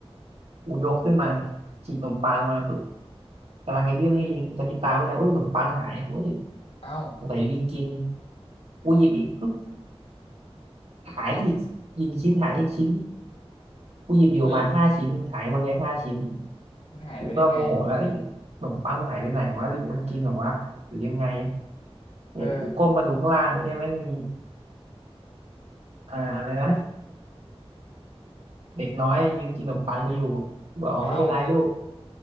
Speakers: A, on the right; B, on the left.
A: กูยกขึ้นมาเนี่ยฉีกขนมปังมาปุ๊บกำลังจะยื่นให้ลิงจะมีตาไปแล้วเอ้ยขนมปังหายเว้ย
B: เอ้า
A: สงสัยลิงกินกูหยิบอีก ขายอีกหยิบอีกชิ้นหายอีกชิ้นกูหยิบอยู่ประมาณห้าชิ้นขายหมดเลยห้าชิ้น
B: เอ้ยมันหายไปได้ไงอะ
A: กูก็โมโหแล้วเอ้ยขนมปังมันหายไปไหนวะหรือมันกินหรอวะหรือยังไงเนี่ยกูก้มมาดูข้างล่างเนี่ยแม่งมี
B: เออ
A: อ่าอะไรนะเด็กน้อยยืนกินขนมปังกูอยู่กูบอกอ๋อไม่เป็นไรลูก
B: เอ้า